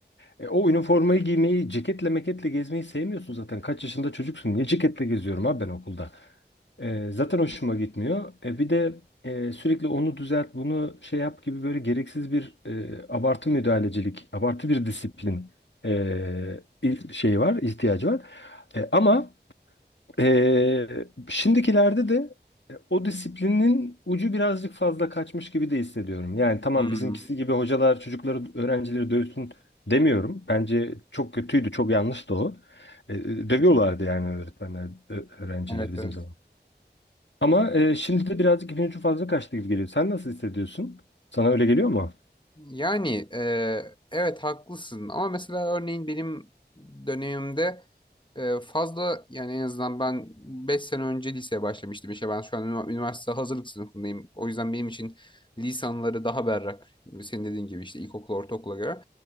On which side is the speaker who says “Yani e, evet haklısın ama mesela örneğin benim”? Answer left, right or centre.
Left